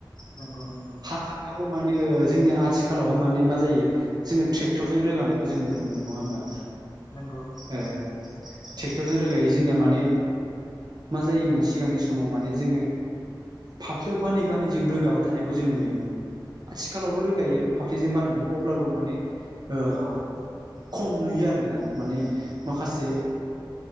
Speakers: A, on the left; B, on the right.
A: नंगौ नंगौ
B: हाखांनायावबो माने जोंनि आथिखालावहाय माने मा जायो जोङो ट्रेक्टरजों रोगानायखौ जों नुनो मोनो नङा होमबा।
A: नोंगौ।
B: ए। ट्रेक्टरजों रोगायै जोंनिया माने मा जायोमोन सिगांनि समाव माने जोङो। फाफ्लियाव बानै बानै जों रोगाबा थानायखौ जों नुयोमोन। आथिखालावबो रोगायो फाफ्लिजों बानानै अब्लाबो माने गो
A: औ
B: खम नुयो आरो ना माने माखासे।